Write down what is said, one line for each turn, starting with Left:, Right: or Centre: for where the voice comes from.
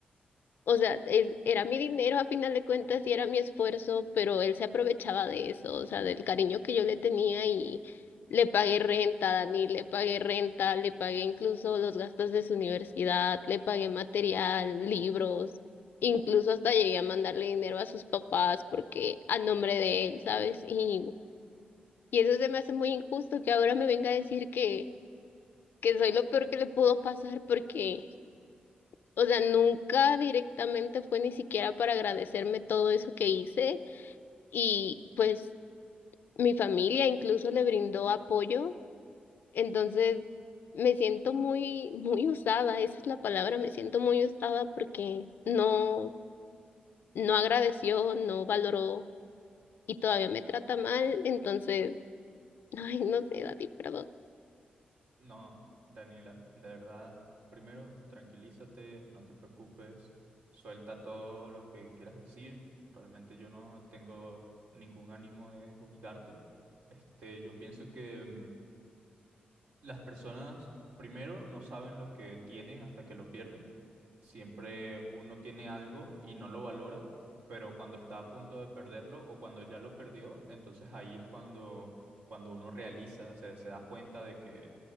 Left: o sea, es- era mi dinero a final de cuentas y era mi esfuerzo, pero él se aprovechaba de eso, o sea, del cariño que yo le tenía y le pagué renta a Dani, le pagué renta, le pagué incluso los gastos de su universidad, le pagué material, libros, incluso hasta llegué a mandarle dinero a sus papás porque a nombre de él, ¿sabes? Y, y eso se me hace muy injusto que ahora me venga a decir que, que soy lo peor que le pudo pasar porque... O sea, nunca directamente fue ni siquiera para agradecerme todo eso que hice y pues mi familia incluso le brindó apoyo. Entonces, me siento muy, muy usada, esa es la palabra, me siento muy usada porque no, no agradeció, no valoró y todavía me trata mal. Entonces, <laughs> ay, no sé, Dani, perdón.
Right: No, Daniela, de verdad, primero tranquilízate, no te preocupes, suelta todo lo que quieras decir. Realmente yo no tengo ningún ánimo de juzgarte. Este, yo pienso que mm, las personas primero no saben lo que tienen hasta que lo pierden. Siempre uno tiene algo y no lo valora, pero cuando está a punto de perderlo o cuando ya lo perdió, entonces ahí es cuando, cuando uno realiza, se, se da cuenta de que